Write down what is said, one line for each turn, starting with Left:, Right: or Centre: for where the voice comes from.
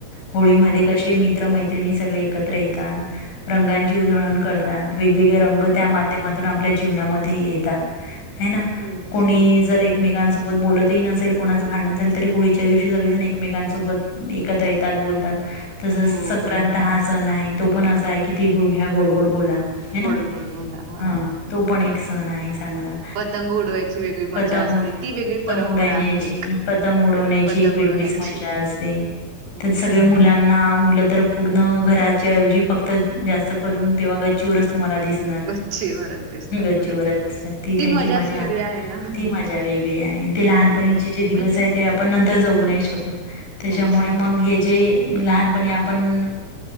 Left: होळी
Right: हो
Left: मध्ये कशे मित्र मैत्रीनीं सगळे एकत्र येतात, रंगाचीं उधळण करतात. वेगवेगळे रंग
Right: हम्म
Left: त्या माध्यमातून आपल्या जीवनामध्ये येतात. हैना?
Right: तेच
Left: कोणी जर एक एकमेकांसोबत बोलतही नसेल कोणाचं भांडण झालं तरी होळीच्या दिवशी सगळेजण एकमेकांसोबत एकत्र येतात. बोलतात तसच
Right: हो
Left: संक्रांत
Right: बरोबर
Left: हा सण आहे, तो पण असा आहे कि ते गुळघ्या गोड गोड बोला. हैना,?
Right: गोड गोड बोला हो
Left: हा तो पण एक सण आहे चांगला,
Right: पतंग उडवायची वेगळी मजा
Left: पतंग
Right: असते ती वेगळी परंपरा
Left: पतंग उडण्याची
Right: आहे एक
Left: पतंग उडवण्याची
Right: पतंग
Left: <unintelligible> एक वेगळीच
Right: उडवण्याची
Left: मजा असते,
Right: हो
Left: सगळे मुलांना मुलं तर पूर्ण घराच्या एवजी फक्त जास्त करून तेव्हा गच्चीवरच तुम्हाला दिसनार
Right: गच्ची वरच दिसतात
Left: गच्चीवर
Right: बरोबर
Left: असणार ती त्यांची
Right: मजाच
Left: मजा
Right: वेगळी आहे ना
Left: ती मजा वेगळी आहे, ते लहानपणीचे
Right: हो
Left: जे दिवस
Right: मज्जा
Left: आहे ते आपण नंतर जगु नही शकत, त्याच्यामुळे
Right: नाही शकत
Left: मग हे जे
Right: बरोबर
Left: लहानपनीं आपण